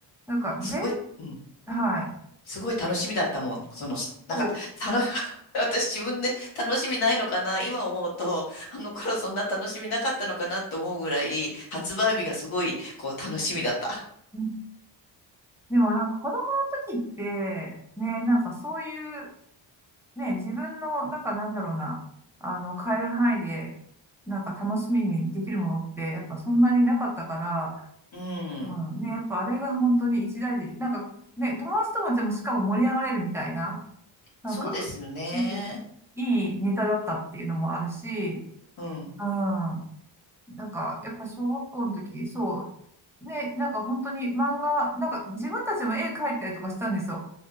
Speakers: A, in the centre; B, on the left.
A: なんか全、
B: すごい、うん。
A: はい。
B: すごい楽しみだったもん。その、なんか、
A: そ
B: たの、<laughs> 私自分で楽しみないのかな。今思うと、あの頃そんな楽しみなかったのかなって思うぐらい、発売日がすごい、こう、楽しみだった。
A: う。でもなんか子供の時って、ね、なんかそういう、ね、自分の、なんかなんだろうな、あの、変える範囲で、なんか楽しみにできるものって、やっぱそんなになかったから、
B: う
A: うん、
B: ん。
A: ね、やっぱあれが本当に一大事。なんか、ね、友達ともでもしかも盛り上がれるみたいな、なんか、
B: そうですよね。
A: そういいネタだったっていうのもあるし、
B: うん。
A: うん、なんか、やっぱ小学校の時、そう、ね、なんか本当に漫画、なんか自分たちも絵描いたりとかしたんですよ。